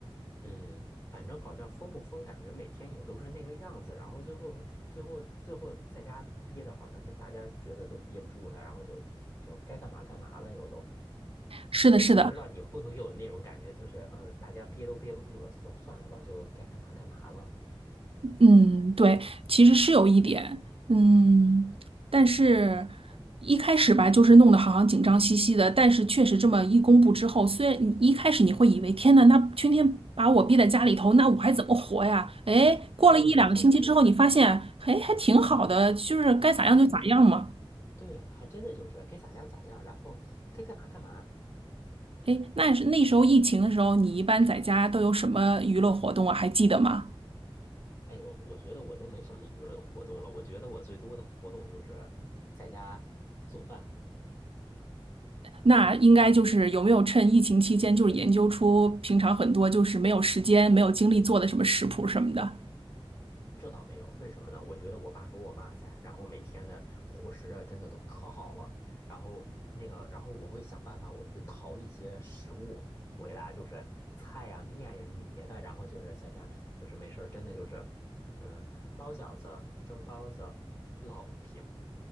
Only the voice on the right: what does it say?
是的，是的，
嗯，对，其实是有一点，嗯，但是一开始吧，就是弄得好像紧张兮兮的，但是确实这么一公布之后，虽然你一开始你会以为天呐，那天天把我逼在家里头，那我还怎么活呀？哎，过了一两个星期之后，
你发现，哎，还挺好的，就是该咋样就咋样嘛。
哎，那是那时候疫情的时候，你一般在家都有什么娱乐活动啊？还记得吗？
那应该就是有没有趁疫情期间，就是研究出平常很多就是没有时间、没有精力做的什么食谱什么的。